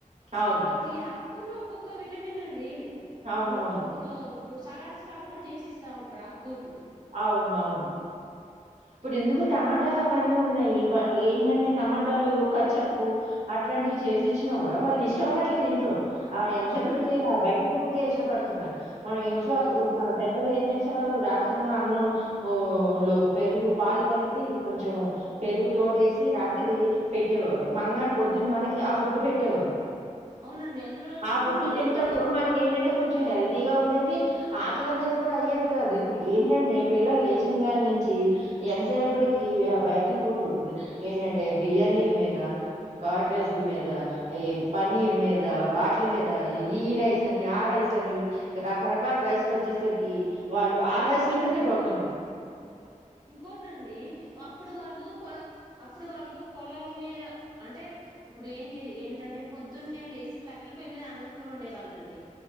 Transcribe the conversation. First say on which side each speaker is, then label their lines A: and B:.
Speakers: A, on the right; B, on the right.
A: అవును
B: ఈ ప్రతి ఆకుల్లో ఒక్కొక్క విటమిన్ అండి
A: అవునవును
B: ఇప్పుడు పప్పులో ఇప్పుడు సలాడ్స్ లా కూడా చేసిస్తా ఉంటారు ఆకుకూర్లు
A: అవునవును ఇప్పుడు ఎందుకు టమాటాలు అవన్నీ ఉన్నాయి వాళ్ళు ఏంటంటే టమాటాలు కచ్చప్పు అట్లాంటివి చేసి ఇచ్చినా కూడ వాళ్ళు ఇష్ ఇష్టపడట్లేదు ఇంట్లో ఆ ఎంతసేపటికి
B: అవునండి
A: ఆ బయట ఫుడ్కే ఇష్టపడుతున్నారు మన ఇంట్లో
B: అవునవును
A: అప్పుడు మన పెద్దలు ఏం చేసేవారు రాత్రి ఉన్న అన్నం లో పెరుగు పాలు కలిపి కొంచెం పెరుగు తోడేసి రాత్రి పెట్టేవారు మోన్నాడు <unintelligible> మనకి ఆ ఫుడ్ పెట్టేవారు
B: అవునండి అందులో
A: ఆ ఫుడ్
B: కుండలో
A: <unintelligible>
B: కూడా
A: మనకి ఏంటంటే కొంచెం హెల్దీగ ఉండేది ఆకలి అనేది కూడా అయ్యేది కాదు ఇప్పుడు ఏంటంటే పిల్లలు లేచినగా నుంచి ఎంతసేప్పటికి బయట ఫుడ్ ఉ ఏంటంటే బిర్యానీ ల మీద కాడ్ రైస్ల మీద ఈ పన్నీర్ మీద వాటిల మీద ఈ రైస్ అని ఆ రైస్ అని రకరకాల రైసులు వచ్చేసరికి వాళ్ళు ఆ రైసుల మీదే పడుతున్న
B: ఇంకోటి అండి అప్పుడు వాళ్ళు పొల అప్పుడు వాళ్ళు పొలాల మీద అంటే ఇప్పుడు ఏం చే ఏంటంటే పొద్దున్నే లేచి కట్టెల పొయ్యి మీదే అన్నం కూ వండే వాళ్ళండి